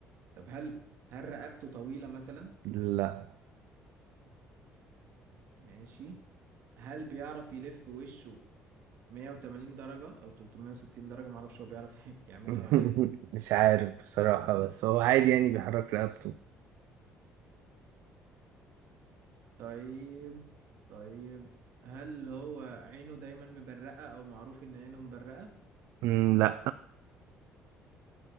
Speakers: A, on the right; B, on the right.
A: طب هل هل رقبته طويلة مثلا
B: لا
A: ماشي هل بيعرف يلف وشه 180 درجة أو 360 درجة معرفش هو بيعرف <laughs> يعملها
B: <laughs>
A: ولا إيه
B: مش عارف بصراحة بس هو عادي يعني بيحرك رقبته
A: طيب طيب هل هو عينه دايما مبرقة او معروف ان عينه مبرقة
B: مم، لا